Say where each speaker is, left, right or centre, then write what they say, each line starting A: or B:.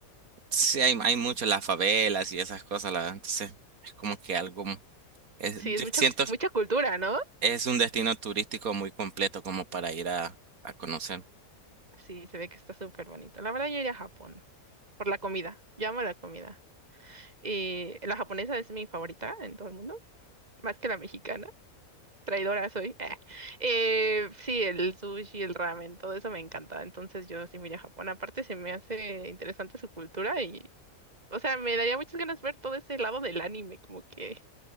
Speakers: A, on the right; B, on the right.
A: Sí, hay, hay mucho las favelas y esas cosas, la verdad. Entonces, es como que algo, es,
B: sí,
A: yo
B: es mucha,
A: siento,
B: mucha cultura, ¿no?
A: es un destino turístico muy completo como para ir a, a conocer.
B: Sí, se ve que está súper bonito. La verdad, yo iría a Japón. Por la comida. Yo amo la comida. Y la japonesa es mi favorita en todo el mundo, más que la mexicana. Traidora soy. <laughs> Eh. Eh, sí, el sushi, el ramen, todo eso me encanta. Entonces yo sí miré a Japón. Aparte se me hace interesante su cultura y, o sea, me daría muchas ganas ver todo ese lado del anime, como que